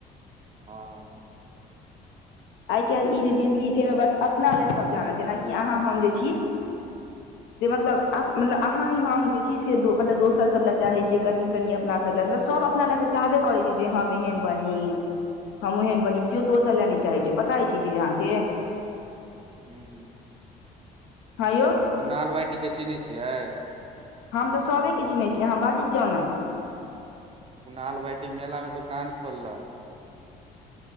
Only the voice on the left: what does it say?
आइ काल्हि ई जे जिंन्दगी छै एहिमे बस अपना ले सभ जानत जेनाकि अहाँ हम जे छी जे मतलब
मतलब अहाँ ई हम जे छी से मतलब दोसर सब लय चाहे छीयै कनी कनी अपना सब लए मतलब सब अपना ल त चाहबे करइ छी जे हम एहन बनी हम ओहन बनी क्यो दोसर लेने छी चाहै छय पता हइ छै चीज अहाँके
हँ यउ
हम तऽ सबके चिनहै छी अहाँ बाजैत जाउ ने